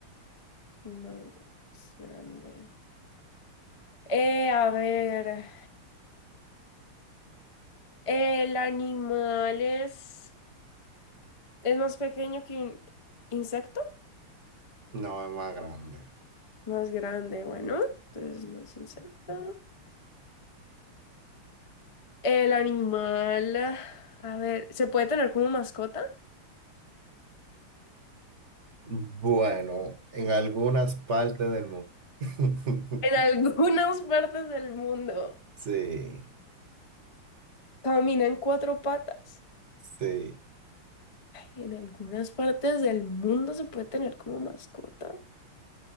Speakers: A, on the left (about 30°); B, on the right (about 40°).
A: No es más grande. Eh, a ver, el animal es es más pequeño que un insecto,
B: no es más grande.
A: más grande. Bueno, entonces no es insecto. El animal, ah, a ver, ¿se puede tener como mascota?
B: Bueno, en algunas partes del mundo. <laughs>
A: En algunas <laughs> partes del mundo.
B: Sí,
A: Camina en cuatro patas.
B: sí,
A: En algunas partes del mundo se puede tener como mascota.